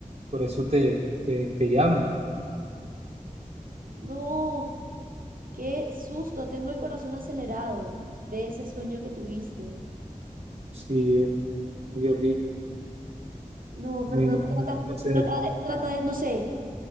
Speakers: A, on the right; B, on the right.
A: por eso te, te, te llamo.
B: No, qué susto, tengo el corazón acelerado de ese sueño que tuviste.
A: Sí, es muy, muy horrible,
B: No,
A: muy,
B: Fernando,
A: no, mucho
B: trata,
A: que hacer.
B: trata de, trata de, no sé,